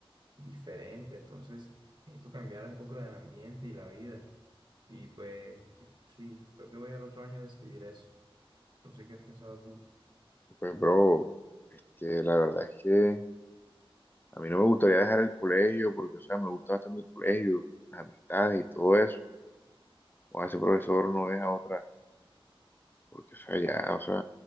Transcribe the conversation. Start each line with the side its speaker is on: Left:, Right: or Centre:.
Right: y diferente, entonces necesito cambiar un poco del ambiente y la vida, y pues sí, creo que voy al otro año a decidir eso, no sé qué has pensado tú.
Left: Pues, bro, que la verdad es que a mí no me gustaría dejar el colegio porque, o sea, me gusta bastante el colegio, las amistades y todo eso. O ese profesor no deja otra, porque, o sea, ya, o sea,